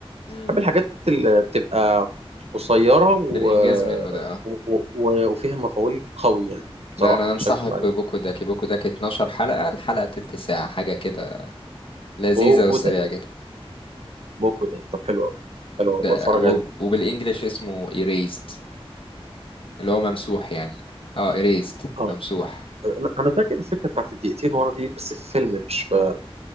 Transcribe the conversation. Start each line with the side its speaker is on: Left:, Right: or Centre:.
Left: امم
Right: بحب الحاجات اللي بتبقى قصيره و...
Left: في الانجاز منه ده اه
Right: و... و... وفيها مفعول قوي يعني بصراحه
Left: لا انا
Right: مش
Left: انصحك
Right: هكدب
Left: ببوكو
Right: عليك
Left: داكي بوكو داكي 12 حلقة الحلقة تلت ساعة حاجة كده لذيذة
Right: بوكو
Left: وسريعة
Right: ده
Left: جدا
Right: بوكو ده طب حلو قوي حلو أوي،
Left: ده
Right: بتفرج
Left: وب-
Right: عليه
Left: وبالانجلش اسمه erased اللي هو ممسوح يعني اه erased
Right: الري
Left: ممسوح
Right: انا أنا فاكر الفكره بتاعت الدقيقتين ورا دي بس في فيلم مش في